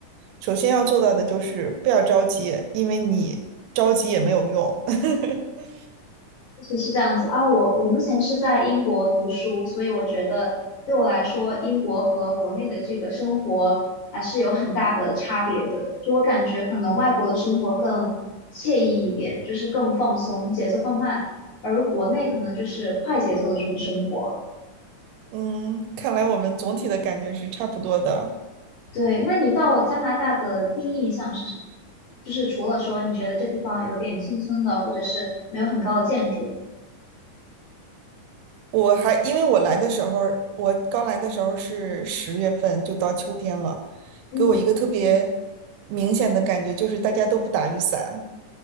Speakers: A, on the right (about 85°); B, on the left (about 60°).
A: 首先要做到的就是不要着急，因为你着急也没有用。<laughs>
B: 是是这样子啊，我我目前是在英国读书，所以我觉得对我来说，英国和国内的这个生活还是有很大的差别的。就我感觉，可能外国的生活更惬意一点，就是更放松，节奏更慢，而国内可能就是快节奏的这种生活。
A: 嗯，看来我们总体的感觉是差不多的。
B: 对，那你到加拿大的第一印象是什么？就是除了说你觉得这地方有点村村的，或者是没有很高的建筑，
A: 我还因为我来的时候，我刚来的时候是十月份，就到秋天了，
B: 嗯，
A: 给我一个特别明显的感觉就是大家都不打雨伞。